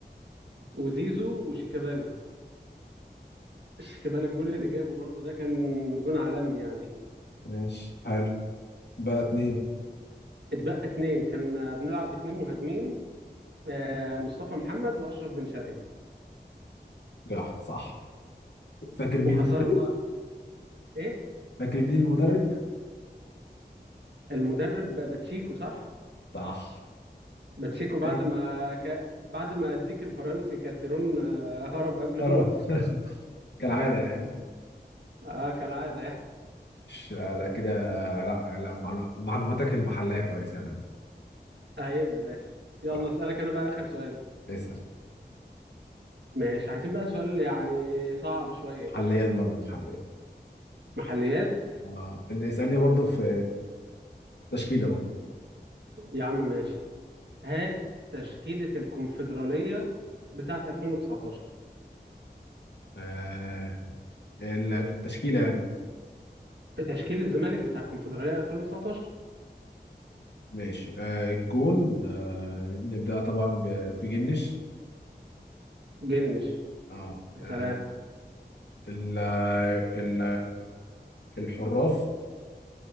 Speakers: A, on the right; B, on the left.
A: وزيزو وشيكابالا شيكابالا الجون اللي جابه برضو ده كان جون عالمي يعني
B: ماشي حلو بقى اتنين
A: اتبقى اتنين كان آه، بنلعب باتنين مهاجمين آه، مصطفى محمد واشرف بن شرقي
B: صح صح فاكر مين
A: وخسرنا
B: المدرب
A: ايه
B: فاكر مين المدرب
A: المدرب باتشيكو صح
B: صح
A: باتشيكو بعد
B: آه،
A: ما ك... بعد ما اديك الفرنسي كارتيرون آه، هرب قبل
B: اه
A: الماتش
B: <laughs> كالعادة يعني
A: اه كالعاده يعني
B: مش لا كده لا لا معلو- معلوماتك المحلية كويسة يا نبيل
A: عيب يا باشا يلا
B: ف-
A: اسالك انا بقى اخر سؤال
B: اسأل
A: ماشي عايزين بقى سؤال يعني صعب شويه كده
B: محليات برضه محليات
A: محليات
B: اه إن- اسألني برضه في تشكيلة برضه
A: يا عم ماشي هات تشكيله الكونفدراليه بتاعت 2019
B: آه ال- التشكيلة يعني
A: تشكيل الزمالك بتاع الكونفدراليه 2019
B: ماشي آه الجون آه نبدأ طبعا ب- بجنش
A: جنش
B: اه
A: يا
B: آه،
A: سلام
B: ال ال الحراس